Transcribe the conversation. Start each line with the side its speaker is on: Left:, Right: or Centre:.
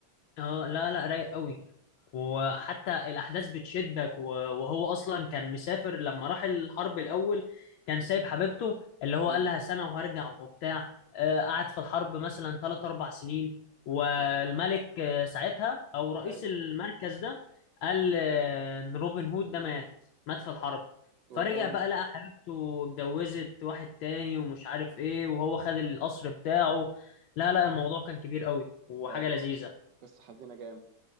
Left: اه لا لا رايق قوي وحتى الاحداث بتشدك و- وهو اصلا كان مسافر لما راح الحرب الاول كان سايب حبيبته اللي هو
Right: امم
Left: قال لها سنه وهرجع وبتاع آه، قعد في الحرب مثلا 3 4 سنين والملك
Right: <laughs>
Left: آه، ساعتها او رئيس
Right: ايوه
Left: المركز ده قال آه، ان روبن هود ده مات مات في الحرب
Right: هو
Left: فرجع
Right: اتجوز
Left: بقى لقى حبيبته اتجوزت واحد تاني ومش عارف ايه وهو خد القصر بتاعه لا لا الموضوع كان كبير قوي وحاجه
Right: ده
Left: لذيذه
Right: قصة حزينة جامد